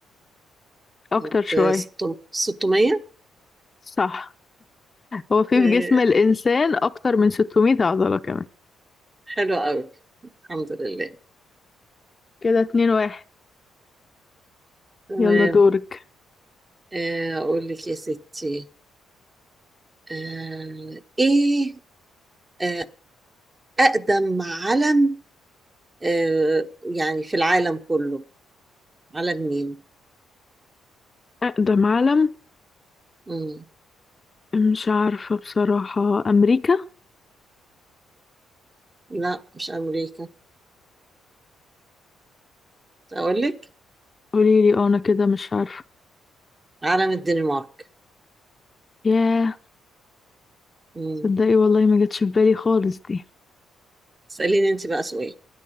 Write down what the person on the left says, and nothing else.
أكتر
شوية
صح هو في
في جسم الإنسان أكتر من 600 عضلة كمان
كده اتنين واحد
يلا دورك
أقدم علم
مش عارفة بصراحة أمريكا
قوليلي أه أنا كده مش عارفة
ياه
تصدقي والله ما جاتش في بالي خالص دي